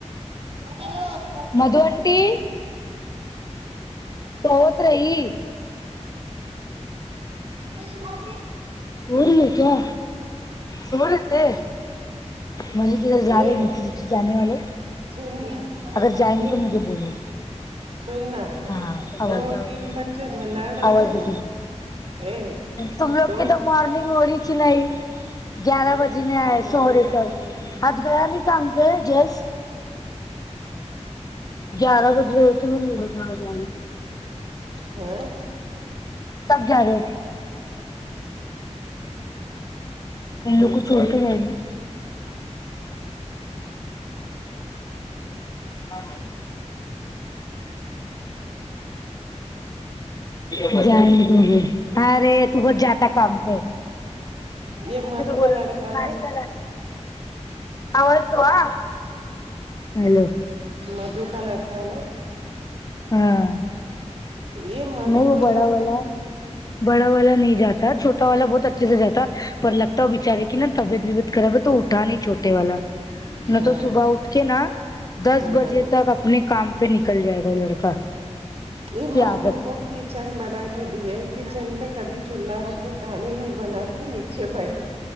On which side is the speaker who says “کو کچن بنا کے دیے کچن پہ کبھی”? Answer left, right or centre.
Right